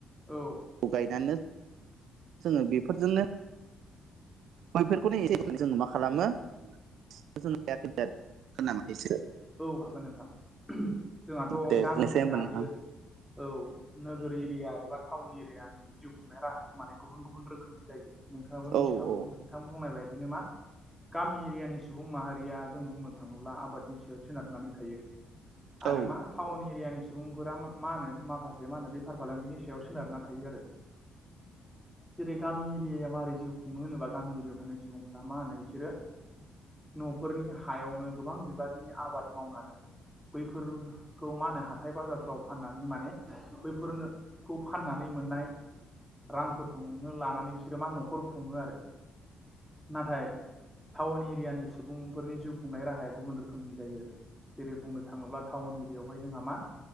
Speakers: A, in the centre; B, on the right.
A: औ
B: गायनानै जोङो बेफोरजोंनो बैफोरखौनो एसे जों मा खालामो <unintelligible>
A: औ हागोन नोंथां जोंहाथ'
B: दे
A: गामि
B: बुंनोसै
A: एरिया
B: होमबा
A: आरो
B: नोंथां
A: औ नोगोर एरिया एबा टाउन एरियानि जिउ खुंनाय राहायाथ' माने गुबुन गुबुन रोखोमनि जायो नोंथाङाबो मिथिखागौ
B: औ औ
A: नोंथां बुंनाय बायदिनो मा गामि एरियानि सुबुं माहारि रिया जों बुंनो थाङोब्ला आबादनि सायाव सोनारनानै थायो आरो
B: औ
A: मा टाउन एरियानि सुबुंफोरा मा होनो माखासे मा होनो बेफार फालांगिनि सायाव सोनारना थायो आरो जेरै गामि एरियायाव मारै जिउ खुङो होनोबा गामि एरियायाव थानाय सुबुंफोरा मा होनो बिसोरो न'फोरनि हायावनो गोबां बिबारनि आब आबाद मावनानै बैफोर खौ मा होनो हाथाय बाजारफ्राव फाननानै माने बैफोरनो फाननानै मोननाय रांफोरखौनो लानानै बिसोरो मा न'खर खुङो आरो नाथाय टाउन एरियानि सुबुंफोरनि जिउ खुंनाय राहाया गुबुन रोखोमनि जायो आरो जेरै बुंनो थाङोब्ला टाउन एरियायावहाय जोंहा मा